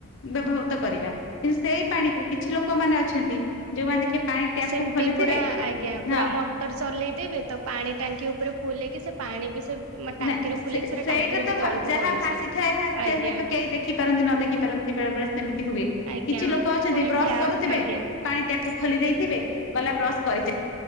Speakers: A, on the left; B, on the right.
A: ବ୍ୟବହୃତ କରିବା। କିନ୍ତୁ ସେଇ ପାଣିକୁ କିଛି ଲୋକମାନେ ଅଛନ୍ତି ଯୋଉମାନେ ଦେଖିବେ ପାଣି ଟ୍ୟାପ
B: ସେମତି
A: କୁ ଖୋଲିଥିବେ
B: ପୁରା ଆଜ୍ଞା। ପୁରା
A: ହଁ
B: ମଟର ଚଲେଇଦେବେ ତ ପାଣି ଟାଙ୍କି ଉପରେ ଫୁଲ ହେଇକି ସେ ପାଣି ବି ସେ ଟାଙ୍କିରୁ
A: ମାନେ ସେ
B: ଫୁଲେଇକି
A: ସେ
B: ପୁରା
A: ସେଇଟା
B: ଟାଙ୍କିରୁ
A: ତ
B: ବି ତଳକୁ
A: ଯାହା
B: ପଡୁଛି
A: ଭାସିଥାଏ ଭାସିଥାଏ
B: ଆଜ୍ଞା
A: ହୁଏ ତ କେହି ଦେଖି ପାରନ୍ତି ନ ଦେଖି ପାରନ୍ତି ବେଳେ ବେଳେ ସେମିତି ହୁଏ।
B: ଆଜ୍ଞା।
A: କିଛି ଲୋକ ଅଛନ୍ତି
B: ପୁଣି
A: ବ୍ରଶ
B: ଟ୍ୟାପ
A: କରୁଥିବେ
B: ଆଜ୍ଞା
A: ପାଣି ଟ୍ୟା ଖୋଲି ଦେଇଥିବେ ଗଲା ବ୍ରସ୍ କରିଚାଲି